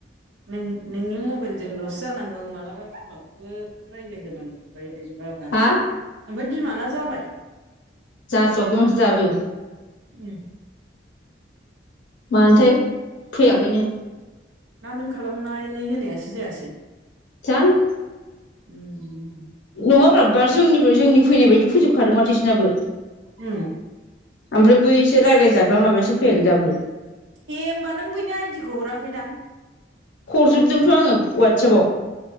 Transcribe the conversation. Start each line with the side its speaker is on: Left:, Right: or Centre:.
Right: नों नोंनि मबाइलजों लस जानांगौ मालाबा बिमाखौबो रायलायगोन आं रायलायनोबाबा
Left: हा
Right: ओमफाय बिमाना जाबाय
Left: जाथ'आखै माथो दाबो
Right: उम।
Left: मानोथाय फैयाखैनो।
Right: ना नों खालामनानै होनायासो जायासै।
Left: जानो
Right: उम
Left: नङाब्ला बा जोंनिफ्राय जोंनि फैनाय बायदि फैजोब। खादों माथो इसोरनाबो
Right: उम
Left: ओमफ्राय बैसो रायज्लायजाग्रा माबायासो फैयाखै दाबो।
Right: ए होनोमबा नों बैनि आइडिखौ हराखैदां?
Left: हरजोबदोंथ' आङो वाटसपाव।